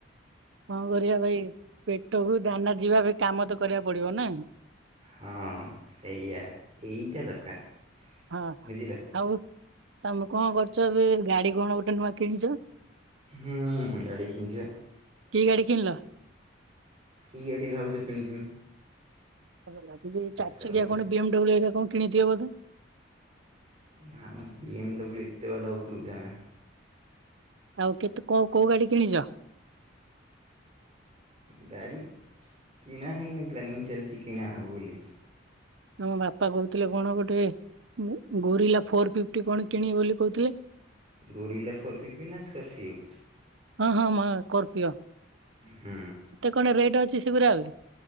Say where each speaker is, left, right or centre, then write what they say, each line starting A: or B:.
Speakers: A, on the right; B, on the right.
A: କଣ କରିବା ଭାଇ ପେଟକୁ ଦାନା ଯିବା ବି କାମ ତ କରିବାକୁ ପଡିବ ନା
B: ହଁ ସେଇଆ ଏଇଟା ଦରକାର
A: ହଁ
B: ବୁଝିଲ।
A: ଆଉ ତମେ କଣ କରୁଛ ଏବେ ଗାଡି କଣ ଗୋଟେ ନୂଆ କିଣିଛ?
B: ହୁଁ ହୁ ଗାଡି କିଣିଛି ବା।
A: କି ଗାଡ଼ି କିଣିଲ?
B: କିଏଡ଼ି ଭାଉଜ କିଣିଥମି
A: ମତେ ଲାଗୁଛି ଚାରି
B: କର
A: ଚକିଆ
B: ଗୋଟେ।
A: କଣ ବି ଏମ୍ ଡବ୍ଲୁ ହରିକା କଣ କିଣିିଥିବ ବଧେ
B: ନାମଁ ବି ଏମ୍ ଡ ବ୍ଲୁଏତେ ବାଟ ଉପରକୁ ଯାଆନା
A: ଆଉ କେତେ କ କୋଉ ଗାଡି କିଣିଛ?
B: ଗାଡ଼ି କିଣା ହେଇନି ପ୍ଲାନିଂ ଚାଲିଛି କିଣାହବ ବୋଲି
A: ଆମ ବାପା କହୁଥିଲେ କଣ ଗୋଟେ ମୁଁ ଗୋରିଲା ଫୋର ଫିଫ୍ଟି କଣ କିଣିବି ବୋଲି କହୁଥିଲେ
B: ଗୋରିଲା ଫର ଫିିବି ନା ସ୍କଫିଉ
A: ହଁ ହଁ ମା କରପିଓ
B: ହୁ
A: କଣ ରେଟ୍ ଅଛି ସେଉରା ଆହୁରି